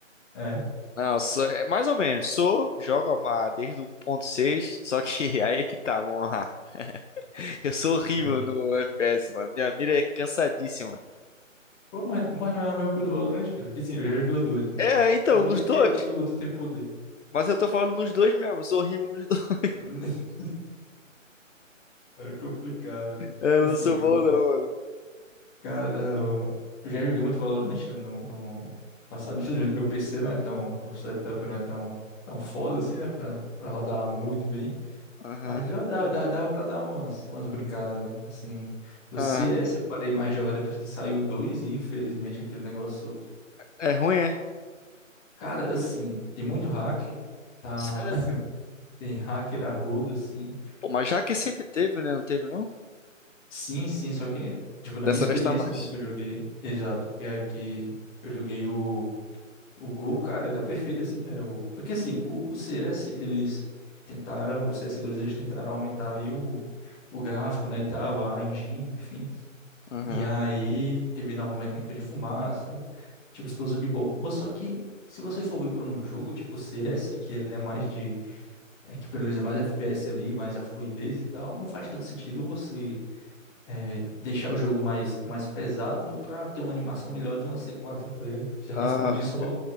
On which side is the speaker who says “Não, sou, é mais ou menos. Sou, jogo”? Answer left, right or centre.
Left